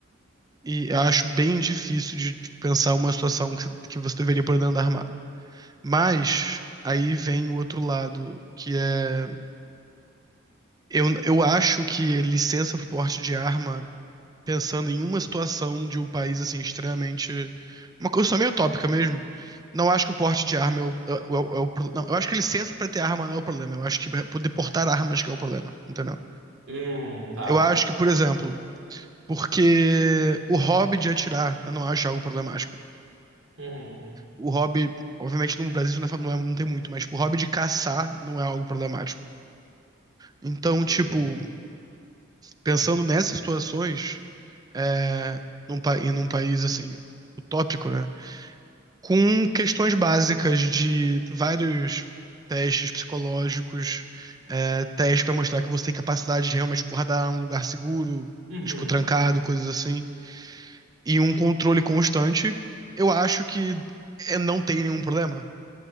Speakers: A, on the right; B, on the right.
A: e eu acho bem difícil de de pensar uma situação que, que você deveria poder andar armado. Mas aí vem o outro lado, que é eu, eu acho que licença pro porte de arma pensando em uma situação de um país assim extremamente uma coisa só meio tópica mesmo. Não acho que o porte de arma é o, é é o, é o pro- não, eu acho que a licença para ter arma não é o problema. Eu acho que é poder portar armas que é o problema, entendeu?
B: Hum, tá.
A: Eu acho que, por exemplo, porque o hobby de atirar, eu não acho algo problemático.
B: Uhum.
A: O hobby, obviamente no Brasil isso não, é, fa- não é- não tem muito, mas tipo, o hobby de caçar não é algo problemático. Então, tipo,
B: Uhum.
A: pensando nessas situações, é, num, pa- e num país assim, utópico, né? com questões básicas de vários testes psicológicos, é, testes para mostrar que você tem capacidade de realmente guardar um lugar seguro,
B: Uhum.
A: tipo, trancado, coisas assim, e um controle constante, eu acho que é, não tem nenhum problema.